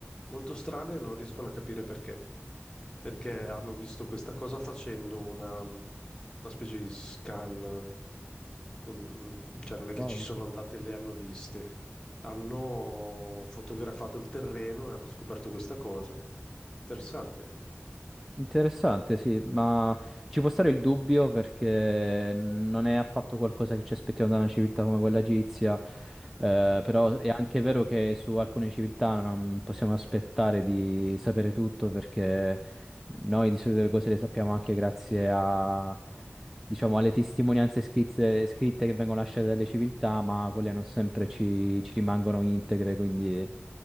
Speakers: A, on the left (about 15°); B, in the centre.
A: Molto strane, e non riescono a capire perché. Perché hanno visto questa cosa facendo una, una specie di scan, con- cioè non è che
B: Wow.
A: ci sono andate e le hanno viste. Hanno fotografato il terreno e hanno scoperto questa cosa. Interessante,
B: Interessante, sì, ma ci può stare il dubbio perché non è affatto qualcosa che ci aspettiamo da una civiltà come quella egizia, eh,
A: eh?
B: però è anche vero che su alcune civiltà non possiamo aspettare di sapere tutto perché noi di solito le cose le sappiamo anche grazie a, diciamo, alle testimonianze scritte, scritte che vengono lasciate dalle civiltà, ma quelle non sempre ci, ci rimangono integre, quindi